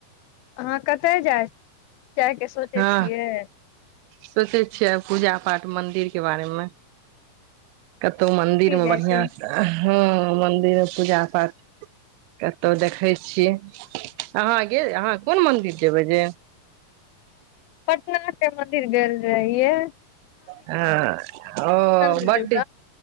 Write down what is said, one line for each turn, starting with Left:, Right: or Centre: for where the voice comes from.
Left: अहाँ कतय जाय जाय क सोचै
Right: हँ
Left: छियै
Right: सोचै छियै पूजा पाठ मन्दिरके बारेमे कतहु मंदिर मे
Left: जाइ
Right: बढ़िआं
Left: छी
Right: से हँ मन्दिरमे पूजा पाठ कतहु देखैत छीिय अहाँ गेल अहाँ कोन मन्दिर जेबै जे
Left: कनाथ के मंदिर गेल रहिये
Right: हँ ओ
Left: गेल
Right: ब्ड